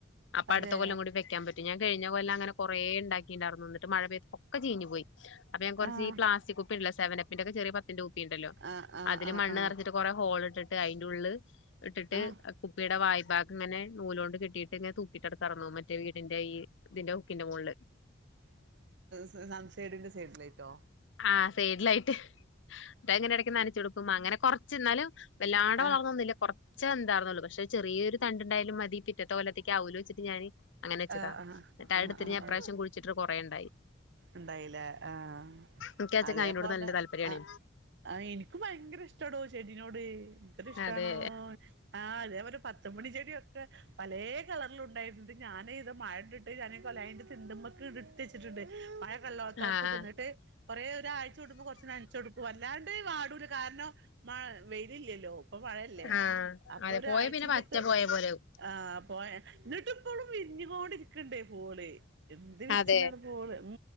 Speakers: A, on the left; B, on the right.
A: അപ്പൊ
B: അതെ
A: അടു ത്തകൊല്ലം കൂടി വെക്കാൻ പറ്റും ഞാൻ കഴിഞ്ഞ കൊല്ലം അങ്ങനെ കൊറെ ണ്ടാക്കിയിണ്ടായിരുന്നുന്നിട്ട് മഴ പെയ്ത്ക്കെ ചീഞ്ഞ് പോയി അപ്പൊ ഞാ കുറച്ച്
B: ആഹ്
A: ഈ പ്ലാസ്റ്റിക് കുപ്പി ണ്ടല്ലോ സെവനപ്പിന്റെക്കെ ചെറിയ പത്തിന്റെ കുപ്പി ണ്ടല്ലോ
B: ആഹ് ആഹ്
A: അതില്
B: ആഹ്
A: മണ് നിറച്ച്
B: ആഹ്
A: ട്ട് കൊറെ ഹോൾ ഇട്ടിട്ട് അതിന്റെ ഉള്ളള് ഇട്ടിട്ട്
B: ആഹ്
A: കുപ്പിയുടെ വായ്ഭാഗംഇങ്ങനെ നൂലോണ്ട് കെട്ടിയിട്ട് ങ്ങനെ തൂക്കിട്ടടുക്കാറന്നു മറ്റേ വീടിന്റെ ഈ ഇതിന്റെ ഹൊക്കിന്റെ മോളില്
B: സസൈഡന്റെ സൈഡിലേട്ടോ
A: ആ സൈഡിലായിട്ട് എങ്ങനെ ഇടയ്ക്ക് നനച്ചു കൊടുക്കും അങ്ങനെ കുറ എന്നാലും വല്ലാട
B: ആഹ്
A: വളർന്നൊന്നുമില്ല കുറച്ചേ എന്തായിന്നള്ളൂ പക്ഷെ ചെറിയൊരു തണ്ടുണ്ടായാലും മതി പിറ്റ ഇലത്തേക്ക് അവലോജിച്ചിട്ട് ഞാന് അങ്ങനെച്ചതാ
B: ആഹ് ആഹ്
A: മ അടു
B: ആഹ്
A: തിരിഞ്ഞ
B: ആഹ്
A: അപാവശ്യം
B: ആഹ്
A: കുടിച്ചിട്ട് കുറേുണ്ടായി
B: ഉണ്ടായില്ലേ ആഹ
A: എനിക്കാച്ചങ്ങ
B: അതേപഞ്ഞ
A: അയിനോട് നല്ല താല്പര്യാണേ
B: ആ ആ എനിക്ക് ഭയങ്കര ഇഷ്ടടോ ചെടിനോട് എന്തൊ ഇഷ്ടണോ
A: അതെ
B: ആ അതേപോലെ പത്തുമണി ചെടൊക്കെ പല കളറില ഉണ്ടായിണ്ട് ഞാനൻ ഇതത് മഴണ്ട ഇട്ട് <inaudible> <inaudible> വച്ചിട്ടുണ്ട് മഴ കല്ലോടത്തോടത്ത്
A: ആഹ്
B: കന്നിട്ട് കൊറെേ ഒരാഴ്ച കൊടുമ്പോ കൊറച്ച നനച്ച കൊടുക്കും അല്ലാണ്ട് വാടൂല കാരണം മഴ വെയിലല്ലല്ലോ ഇപ്പൊ മഴയല്ലേ
A: ആഹ്
B: അപ്പൊ
A: അതെ
B: ഒരാഴ്ചയിലൊക്ക്
A: പോയ പിന്നെ പറ്റ പോയ പോലെവും
B: ആഹ് പോ ഇന്നട്ട ന വിരിഞ്ഞുകൊണ്ടിരിക്കണ്ടേ പോള് എന്ത് വിരിച്ചിലാണ്
A: അതെ
B: പോള് ഉ